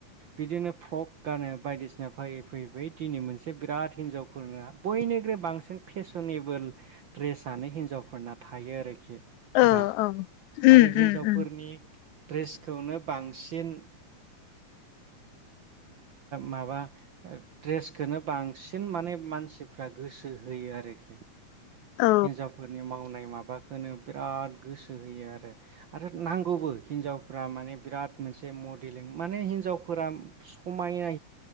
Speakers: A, on the right (about 65°); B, on the left (about 80°).
A: बिदिनो फ्रक गानो बायदिसिना फैयै फैयै फैयै दिनै मोनसे बिराद हिनजावफोरना बयनिख्रुइ बांसिन फेशनेबोल ड्रेसनो हिनजावफोरना थायो आरोखि
B: <unintelligible>
A: दा आरो हिन्जावफोरनि
B: उम उम
A: ड्रेसखौनो बांसिन माबा ड्रेसखौनो बांसिन माने मानसिफ्रा गोसो होयो आरोखि
B: औ
A: हिनजावफोरनि मावनाय माबाखौनो बिराद गोसो होयो आरो आरो नांगौबो हिनजावफ्रा माने बिराद मोनसे मडेलिं माने हिनजावफोरा समायना